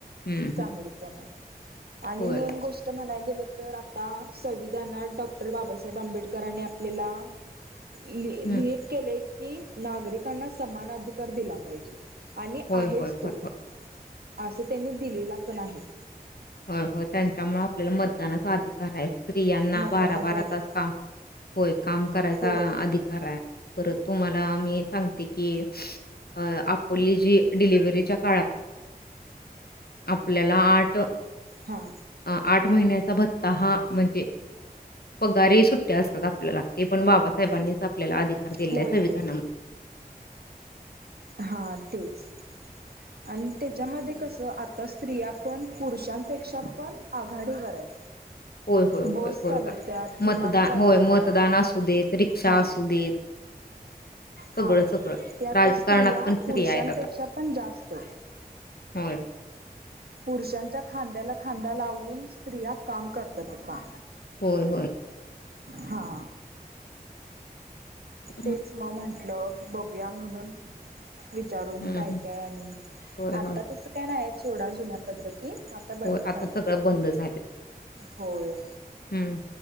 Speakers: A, on the left; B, on the right.
A: हं,
B: चांगली
A: हं.
B: पण आहे. ह आणि
A: होय.
B: मेन गोष्ट म्हणायली. गेलं तर आता संविधानात डॉक्टर बाबासाहेब आंबेडकरने आपल्याला ल
A: हं.
B: लिित केले. कि नागरिकांना समान अधिकार दिला पाहिजे. आणि
A: होय,
B: आहेच.
A: होय,
B: असं
A: होय, होय.
B: त्यांनी दिलेला पण आहे
A: हो हो त्यांच्यामुळे आपल्याला मतदाना साधिक आहे स्त्रियांना
B: मतदानाचा
A: बारा बारा
B: अधिक
A: तास काम होय काम करायचा
B: होय
A: अधिकार आहे परत तुम्हाला मी सांग क क अ आप पोली जी डिलिवरीच्या काळात अपल्याला आठ
B: हा
A: अ आठ महिन्याचा भ ता ह म्हणजे पगारी सुट्टया असतात. लागते पण बाबासाहेबांनीच आपल्याला आधि कार दिलाय
B: होय
A: संविधानाम
B: होय हा तेच आणि तेच्यामध्ये कसं आ तर स्त्रिया पण पुरुषांपेक्षा पण आघाडीवर आहेत.
A: होय होय होय
B: बस
A: बरोबर
B: चालवत्यात विमान
A: मतदान
B: चालवत्यात
A: होय मतदान असू देत रिक्षा
B: हा
A: असू देत
B: हा
A: सगळं, सगळं.
B: त्या आता
A: राजकारणात
B: स्त्रिया
A: पण
B: पुरुषांपेक्षा
A: आहेत आता.
B: पण जास्त
A: होय,
B: पुरुषां च्या खांद्याला खांदा लावून स्त्रिया काम करतात आता.
A: होय होय.
B: हा.
A: हं,
B: तेच म म्हंटलं बघुया म्हणून विचारून
A: हं,
B: काय
A: हं.
B: काय आणि
A: होय,
B: आता
A: होय,
B: तस काय नाही सोडा जुन्या पद्धती आता बंद
A: होय.
B: झालय
A: सगळं बंद झालंय.
B: होय.
A: हं.